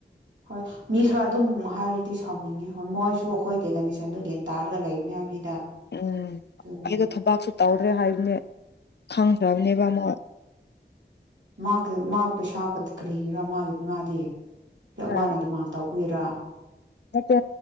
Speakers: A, on the right (about 80°); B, on the left (about 65°).
A: ꯍꯣꯏ ꯃꯤ ꯈꯔ ꯑꯗꯨꯝ ꯍꯥꯏꯔꯗꯤ ꯁꯥꯎꯅꯤꯡꯉꯦ ꯍꯣꯏ ꯃꯣꯏꯁꯨ ꯑꯩꯈꯣꯏꯒꯤ ꯀꯟꯗꯤꯁꯟꯗꯨ ꯒꯤꯟꯇꯥꯔꯒ ꯂꯩꯕꯅꯤ ꯍꯥꯏꯕꯅꯤꯗ
B: ꯎꯝ
A: ꯑꯗꯨꯅꯦ
B: ꯑꯩꯗꯣ ꯊꯕꯥꯛꯁꯨ ꯇꯧꯗ꯭ꯔꯦ ꯍꯥꯏꯕꯅꯦ ꯈꯪꯈ꯭ꯔꯥꯝꯅꯦꯕ ꯃꯣ
A: ꯃꯥꯀ ꯃꯥ ꯄꯩꯁꯥ ꯀꯑꯩꯒꯤꯔꯥ ꯃꯥꯒꯤ ꯃꯥꯗꯤ ꯍ
B: ꯑꯥ
A: ꯃꯥꯅ ꯗꯤꯃꯥꯟ ꯇꯧꯕꯒꯤꯔꯥ
B: ꯅꯠꯇꯦ